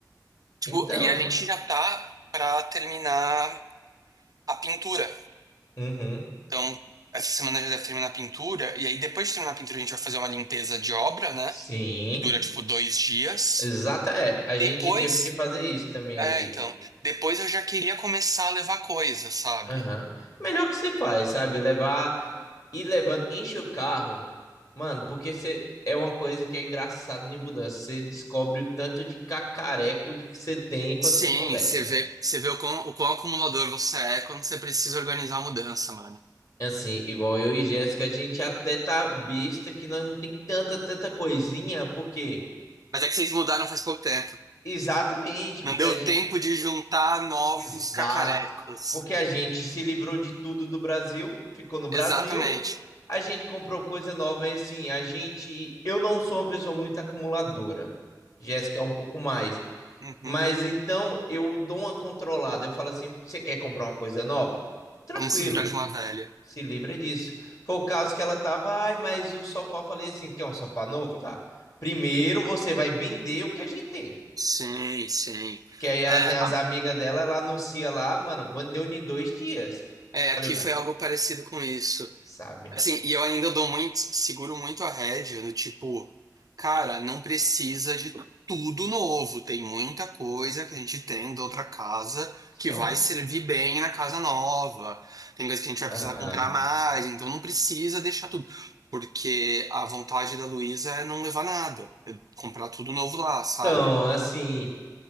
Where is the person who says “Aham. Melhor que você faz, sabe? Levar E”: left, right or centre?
Left